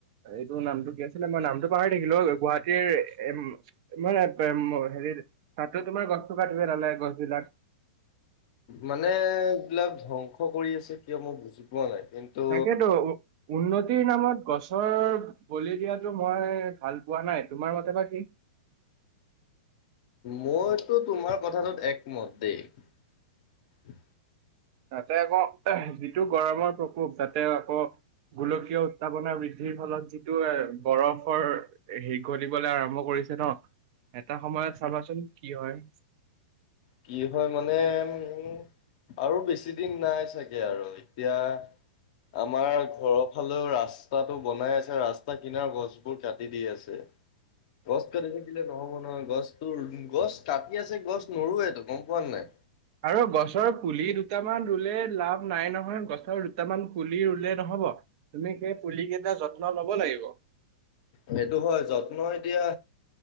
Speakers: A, on the right (about 50°); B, on the left (about 55°).
A: এইটো নামটো কি আছিলে, মই নামটো পাহৰি থাকিলোঁ গুৱাহাটীৰ এ-মানে <unintelligible> তাতো তোমাৰ গছ <unintelligible> গছ বিলাক
B: মানে এইবিলাক ধ্বংস কৰি আছে কিয়? মই বুজি পোৱা নাই। কিন্তু
A: তাকেটো উ-উন্নতিৰ নামত গছৰ বলি দিয়াটো মই ভাল পোৱা নাই তোমাৰ মতে বা কি?
B: মইতো তোমাৰ কথাটোত একমত দেই।
A: তাতে, আকৌ যিটো গৰমৰ প্ৰকোপ তাতে আকৌ গোলকীয় উত্তাপনা বৃদ্ধিৰ ফলত যিটো এ, বৰফৰ হে-গলিবলৈ আৰম্ভ কৰি ন' এটা সময়ত চাবাচোন কি হয়।
B: কি হয়, মানে উম আৰু বেছি দিন নাই চাগে আৰু এতিয়া আমাৰ ঘৰৰ ফালেও ৰাস্তাটো বনাই আছে, ৰাস্তা কিনাৰ গছবোৰ কাটি দি আছে। গছ কাটি থাকিলে নহ'ব নহয়, গছতো গছ কাটি আছে গছ নৰুৱে। গম পোৱানে নাই?
A: আৰু গছৰ পুলি দুটামান ৰুলে লাভ নাই নহ নহয়, গছৰ দুটামান পুলি ৰু'লে নহ'ব, তুমি সেই পুলি কেইটা যত্ন ল'ব লাগিব।
B: সেইটো হয়, যত্ন এতিয়া